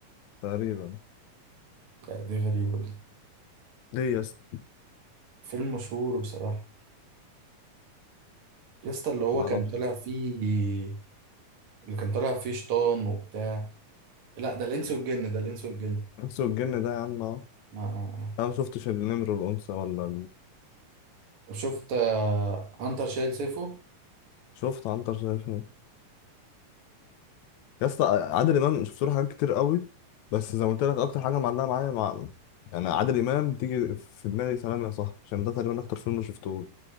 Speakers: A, on the left; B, on the right.
A: تقريبا
B: لا دي غريبه دي
A: ليه يا اسطى
B: فيلم مشهور بصراحه يا اسطى اللي هو
A: ما
B: كان
A: اعرفش
B: طالع فيه اللي كان طالع فيه شيطان وبتاع لا ده الانس والجن ده الانس والجن
A: الانس والجن ده يا عم اه
B: آه. آه، آه.
A: انا ما شفتش النمر والانثى ولا
B: طب شفت آه، عنتر شايل سيفه
A: شفت عنتر شايفها يا اسطى عادل امام شفت له حاجات كتير قوي بس زي ما قلت لك اكتر حاجه معلقه معايا مع يعني عادل امام بتيجي في دماغي سلام يا صاحبي عشان ده تقريبا اكتر فيلم شفته